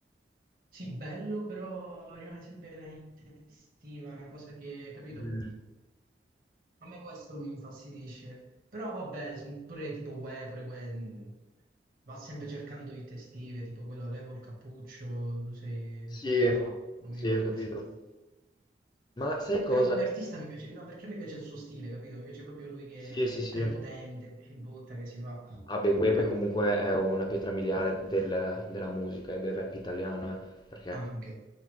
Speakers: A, on the right; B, on the left.
A: Sì, bello, però rimane sempre una estiva, una cosa che, capito?
B: Mm,
A: A me questo mi infastidisce. Però vabbè, s- pure tipo Uè, pure Uè, mh, va sempre cercando di testive, tipo quello levo il cappuccio, tu sei...
B: Sì,
A: quella là, non mi
B: sì,
A: ricordo
B: ho capito.
A: come si chiama.
B: Ma sai cosa?
A: Però come artista mi piace, no, perché mi piace il suo stile, capito? Mi piace proprio lui che
B: Sì, sì,
A: è
B: sì.
A: prepotente, che si butta, che si fa...
B: Vabbè, Gue poi comunque è una pietra miliare del- della musica e del rap italiano, eh, perché
A: Ah, Anche,